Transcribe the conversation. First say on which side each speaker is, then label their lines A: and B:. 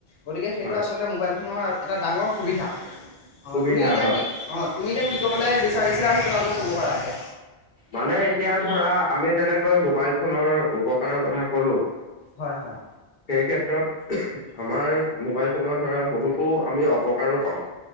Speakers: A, on the left; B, on the left.
A: গতিকে সেইটো
B: হয়
A: আচলতে মোবাইল ফোনৰ এটা ডাঙৰ সুবিধা। অ'
B: সুবিধা
A: তুমি এতিয়া
B: হয়
A: কি অ' তুমি এতিয়া কি ক'বলে বিচাৰিছিলা সেইটো আকৌ ক'ব পাৰা এতিয়া
B: মানে এতিয়া ধৰা আমি যেনেকৈ মোবাইল ফোনৰ উপকাৰৰ কথা কলোঁ।
A: হয়-হয়।
B: সেই ক্ষেত্ৰত আমাৰ মোবাইল ফোনৰ ধৰা বহুতো আমি অপকাৰো পাওঁ।